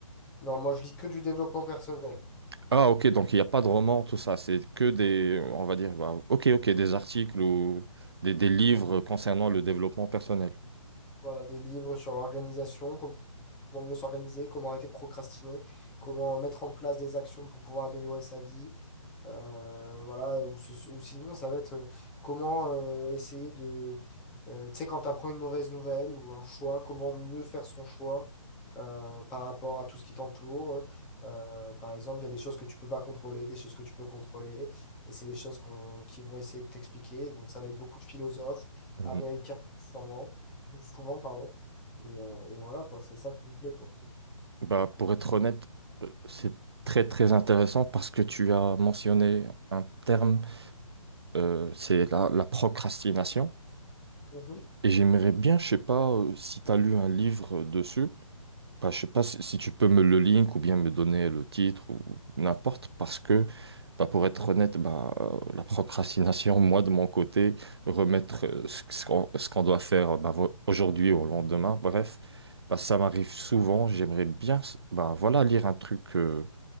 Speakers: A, in the centre; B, on the right (about 45°).
A: Non, moi je lis que du développement personnel.
B: Ah, ok, donc il n'y a pas de roman, tout ça, c'est que des, on va dire, bah, ok, ok, des articles ou des, des livres
A: Non,
B: concernant le développement personnel.
A: voilà, des livres sur l'organisation, comment mieux s'organiser, comment arrêter de procrastiner, comment mettre en place des actions pour pouvoir améliorer sa vie, Euh, voilà, ou, ce- ou sinon, ça va être euh, comment euh, essayer de. euh, tu sais, quand tu apprends une mauvaise nouvelle ou un choix, comment mieux faire son choix euh, par rapport à tout ce qui t'entoure. Euh, par exemple, il y a des choses que tu peux pas contrôler, des choses que tu peux contrôler, et c'est des choses qu'on, qui vont essayer de t'expliquer. Donc, ça va être beaucoup de philosophes
B: Mhm.
A: américains, sûrement, souvent, pardon. Et, euh, et voilà, quoi, c'est ça qui me plaît, quoi.
B: Bah, pour être honnête, euh, c'est très, très intéressant parce que tu as mentionné un terme, euh, c'est la, la procrastination.
A: Mhm,
B: Et j'aimerais bien, je sais pas, euh, si tu as lu un livre dessus. Bah, je sais pas si, si tu peux me le link ou bien me donner le titre ou n'importe, parce que bah, pour être honnête, bah, euh, la procrastination, moi de mon côté, remettre euh, ce, ce qu'on ce qu'on doit faire bah, vo- aujourd'hui au lendemain, bref, bah, ça m'arrive souvent. J'aimerais bien s- bah, voilà, lire un truc euh,